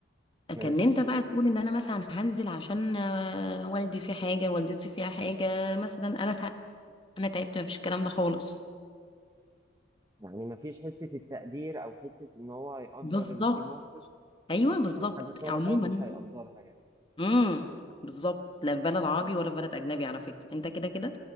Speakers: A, on the right; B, on the left.
A: ماشي
B: كان انت بقى تقول ان انا مثلا هنزل عشان آه، والدي في حاجه والدتي فيها حاجه مثلا انا تع... انا تعبت مفيش الكلام ده خالص
A: يعني مفيش حتة التقدير أو حتة إن هو يقدر
B: بالظبط
A: إن في موقف
B: ايوه بالظبط
A: أو حاجة طارئة
B: عموما
A: مش هيقدرها يعني
B: امم بالظبط لا في بلد عربي ولا في بلد اجنبي على فكره انت كده كده